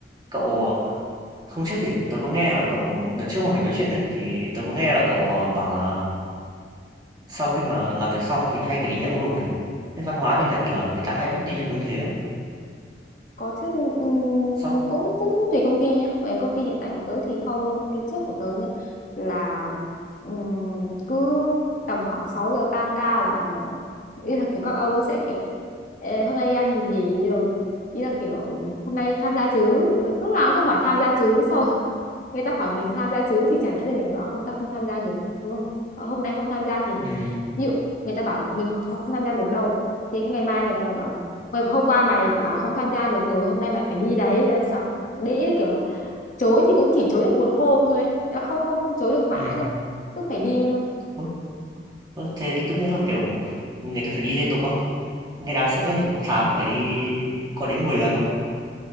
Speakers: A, on the right (about 25°); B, on the left (about 45°).
A: cậu, ờ hôm trước thì tớ có nghe là cậu đợt trước mà mình nói chuyện ấy, thì tớ có nghe là cậu, ờ, bảo là sau khi mà làm việc xong thì hay phải đi nhậu đồng nghiệp. Thế văn hóa bên Nhật là người ta hay bắt đi nhậu như thế không?
B: Có chứ ừm,
A: Sau
B: cũng cũng cũng tùy công ty nhá. Bởi công ty hiện tại của tớ thì không nhưng mà công ty trước của tớ nhá là ừm, cứ tầm khoảng 6 giờ tan ca là ý là kiểu các ông ấy sẽ kiểu Ê, hôm nay đi ăn gì nhỉ rồi ý là kiểu hôm nay tham gia chứ Ừ, lúc nào cũng cứ hỏi tham gia chứ xong người ta hỏi mình tham gia chứ thì chả nhẽ là mình lại bảo không ta không tham gia được đúng không Họ- hôm nay không tham gia thì
A: ừm,
B: ví dụ người ta bảo là mình không, không tham gia được đâu thế ngày mai người ta lại bảo là "Mày- hôm qua mày bảo không tham gia được rồi hôm nay mày phải đi đấy Thế là sao đấy kiểu là chối thì cũng chỉ chối được một hôm thôi chứ không không không chối được mãi
A: ừm,
B: đâu cứ phải đi thôi
A: ơ, ơ, thế tức nghĩa là, kiểu, người ta phải đi liên tục á? Nghe đáng sợ nhỉ? một tháng phải đi có đến mười lần không?